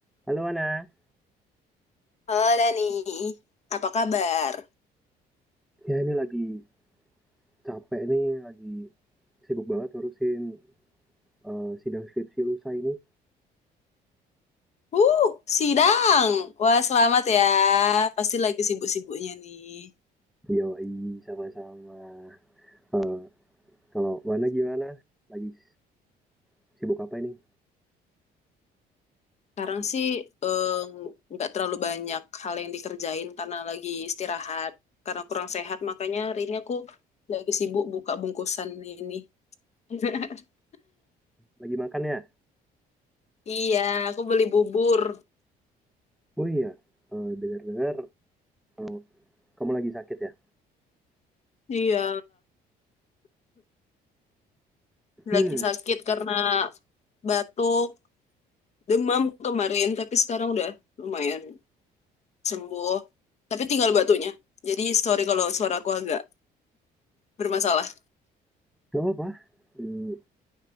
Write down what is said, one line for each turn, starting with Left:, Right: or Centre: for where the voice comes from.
Centre: Halo Ana,
Left: Halo Dani, apa kabar?
Centre: ya ini lagi capek nih, lagi sibuk banget ngurusin eh, sidang skripsi lusa ini.
Left: Uh, sidang. Wah, selamat ya. Pasti lagi sibuk-sibuknya nih.
Centre: Yoi, sama-sama. Eh, kalau Wana gimana? Lagi s- sibuk apa ini?
Left: Sekarang sih eh, nggak terlalu banyak hal yang dikerjain karena lagi istirahat. Karena kurang sehat, makanya hari ini aku lagi sibuk buka bungkusan ini. <laughs>
Centre: Lagi makan ya?
Left: Iya, aku beli bubur.
Centre: Oh iya, eh, dengar-dengar eh, kamu lagi sakit ya?
Left: Iya,
Centre: Hmm,
Left: lagi sakit karena batuk, demam kemarin, tapi sekarang udah lumayan. sembuh tapi tinggal batunya jadi sorry kalau suaraku agak bermasalah
Centre: gak apa-apa. Hmm,